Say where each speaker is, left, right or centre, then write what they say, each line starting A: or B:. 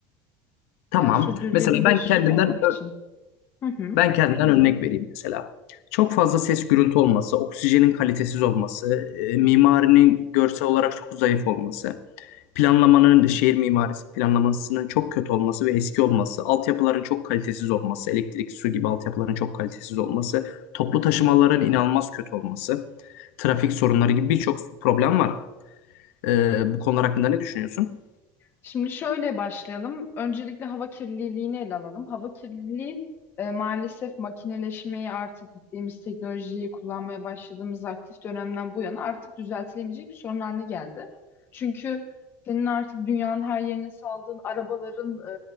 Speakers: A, on the left (about 80°); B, on the left (about 30°).
A: Tamam.
B: Yani sürdürülebilir
A: Mesela ben kendimden
B: olmak için. Hı hı.
A: ben kendimden örnek vereyim mesela. Çok fazla ses gürültü olması, oksijenin kalitesiz olması, e, mimarinin görsel olarak çok zayıf olması. Planlamanın, şehir mimarisi planlamasının çok kötü olması ve eski olması, altyapıların çok kalitesiz olması, elektrik, su gibi altyapıların çok kalitesiz olması, toplu taşımaların inanılmaz kötü olması, trafik sorunları gibi birçok problem var. Ee, bu konular hakkında ne düşünüyorsun?
B: Şimdi şöyle başlayalım. Öncelikle hava kirliliğini ele alalım. Hava kirliliği e, maalesef makineleşmeyi artık gittiğimiz teknolojiyi kullanmaya başladığımız aktif dönemden bu yana artık düzeltilemeyecek bir sorun haline geldi. Çünkü senin artık dünyanın her yerine saldığın arabaların e,